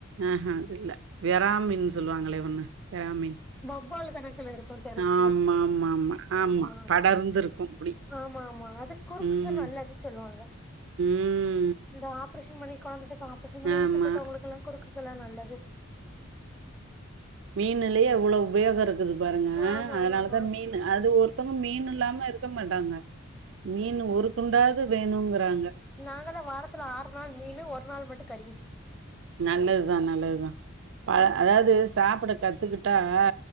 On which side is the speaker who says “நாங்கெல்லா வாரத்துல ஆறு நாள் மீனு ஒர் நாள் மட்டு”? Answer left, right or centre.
Centre